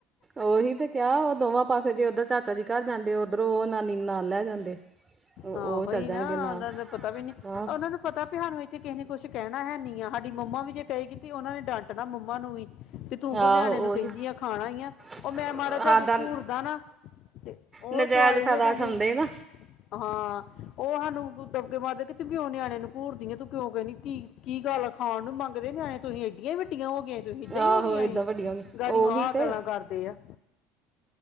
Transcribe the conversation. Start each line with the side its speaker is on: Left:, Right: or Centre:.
Right: ਉਹੀ ਤੇ ਕਿਆ ਉਹ ਦੋਵਾਂ ਪਾਸੇ ਜੇ ਉਧਰ ਚਾਚਾ ਜੀ ਘਰ ਜਾਂਦੇ ਓਧਰੋਂ ਉਹ ਨਾਨੀ ਨਾਲ ਲੈ ਜਾਂਦੇ। ਉਹ
Left: ਉਹੀ
Right: ਚੱਲ ਜਾਣਗੇ
Left: ਨਾ
Right: ਨਾਲ
Left: ਉਹਨਾਂ ਦਾ ਪਤਾ ਵੀ ਨੀ
Right: ਆਹ
Left: ਉਹਨਾਂ ਨੂੰ ਪਤਾ ਪੀ ਹਾਨੂੰ ਇੱਥੇ ਕਿਸੇ ਨੇ ਕੁੱਛ ਕਹਿਣਾ ਹੈ ਨ੍ਹੀ ਆ ਸਾਡੀ ਮੰਮਾ ਵੀ ਜੇ ਕਹੇ ਕੀਤੀ ਉਹਨਾਂ ਨੇ ਡਾਂਟਣਾ ਮੰਮਾ ਨੂੰ ਵੀ। ਵੀ ਤੂੰ ਕਿਉਂ
Right: ਆਹੋ
Left: ਨਿਆਣੇ ਨੂੰ ਕਹਿੰਦੀ
Right: ਉਹੀ
Left: ਆ ਖਾਣਾ ਈ ਆ,
Right: ਸਾਡਾ
Left: ਉਹ ਮੈਂ ਮਾੜਾ ਜਿ ਘੂਰਦਾ ਨਾ ਤੇ ਉਹ
Right: ਨਜਾਇਜ਼
Left: ਦੁਆਲੇ
Right: ਫਾਇਦਾ
Left: ਹੋ ਜਾਂਦੇ।
Right: ਉਠਾਉਂਦੇ ਨਾ
Left: ਹਾਂ ਉਹ ਹਾਨੂੰ ਦਬਕੇ ਮਾਰਦੇ ਕਿ ਤੂੰ ਕਿਉਂ ਨਿਆਣੇ ਨੂੰ ਘੂਰਦੀ ਆ ਤੂੰ ਕਿਉਂ ਕਹਿਣੀ ਧੀ ਕੀ ਗੱਲ, ਖਾਣ ਨੂੰ ਮੰਗਦੇ ਨਿਆਣੇ ਤੁਹੀ ਏਡੀਆਂ ਹੀ ਵੱਡੀਆਂ ਹੋ ਗਈਆਂ ਹੀ। ਤੁਸੀ ਇਦਾਂ ਹੀ
Right: ਆਹੋ
Left: ਹੋ ਗਈਆਂ
Right: ਏਦਾਂ
Left: ਹਨ,
Right: ਵੱਡੀਆਂ
Left: ਗਾੜਿਓ
Right: ਉਹੀ
Left: ਆਹ
Right: ਤੇ
Left: ਗੱਲਾਂ ਕਰਦੇ ਆ।